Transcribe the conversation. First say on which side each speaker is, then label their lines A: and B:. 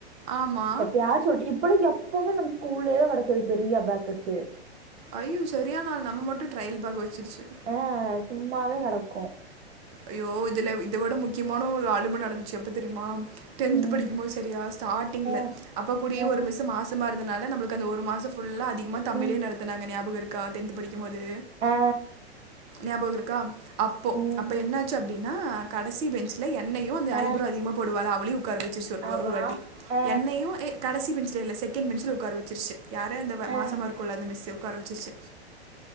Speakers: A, on the right; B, on the right.
A: ஆமா
B: எப்பயாச்சு ஒருடி இப்பல்லா எப்பவுமே நம்ம ஸ்கூல்லயே கெடக்குது பெரிய அபாக்கஸு
A: ஐயோ சரியான ஆள் நம்ம மட்டு ட்ரயல் பாக்க வச்சிருச்சு
B: அ சும்மாவே கெடக்கு
A: ஐயோ இதுல இதவுட முக்கியமான ஒரு ஆளும்பு நடந்துச்சு எப்ப தெரியுமா டென்த்
B: ம்
A: படிக்கும்போது செரியா ஸ்டார்டிங்ல்ல
B: ஆ
A: அப்ப கூடிய
B: ஆ
A: ஒரு மிஸு மாச ம்மா இருந்தனால நம்மளுக்கு அந்த ஒரு மாசொ ஃபுல்லா அதிகமா தமிழே
B: ம்
A: நடத்துனாங்க ஞாபகொ இரு கா டென்த் படிக்கம்போது
B: ஆ
A: ஞாபகொ இருக்கா அப்போ
B: ம்
A: அப்ப என்னாச்சு அப்டினா கடசி பெஞ்சுல என்னயு அந்த
B: ஆ
A: ஐப்ரோ அதிகமா போடுவாள அவளயு உக்கார வச்சிர்ச்சு
B: ஆமா
A: ஒரு வாட்டி
B: ஆ
A: என்னயு ஏ கடசி பெஞ்ச்ல இல்ல செகெண்ட் பெஞ்சுல உக்கார வச்சிர்ச்சு யார அந்தவ
B: ஆ
A: மாசமா இருக்குல்ல அந்த மிஸ்ஸு உக்கார வச்சிர்ச்சு